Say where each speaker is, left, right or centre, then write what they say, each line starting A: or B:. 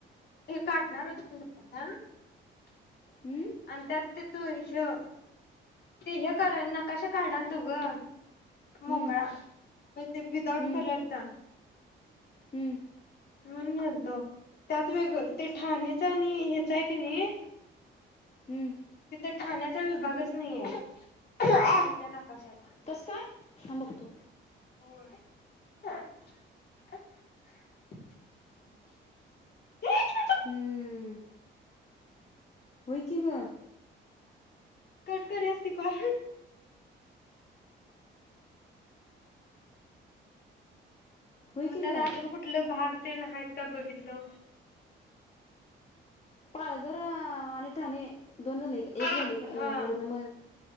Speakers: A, on the left; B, on the left.
A: मी काढणार होतो, <unintelligible>
B: हम्म,
A: आणि त्यात ते तू हे ते हे कराय नकाशा काढालतो गं मोकळा
B: हम्म,
A: ते विदाउट
B: हम्म,
A: कलर चा
B: हम्म,
A: म्हणून नेलतो, त्यात वेगळं ते ठाण्याच आणि हेचा हाय, किनही
B: हम्म.
A: तिथं ठाण्याचा विभागचं नाहीये नाकाशात
B: कसं काय? हां बघतो.
A: <unintelligible>
B: हम्म! होय, की गं!
A: कटकरी असते कॉल
B: होय
A: मग
B: की
A: त्यात
B: ग
A: अजून कुठलं भाग तेन आहेत, का बघितलो.
B: पालघर आणि ठाणे दोन झाले, का एक
A: हा
B: झाले का आधी तर मग